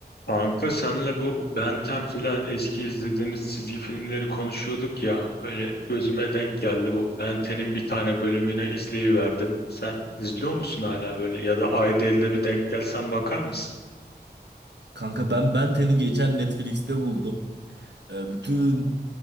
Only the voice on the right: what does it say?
Kanka ben Benten'i geçen Netflix'te buldum. Ee, bütün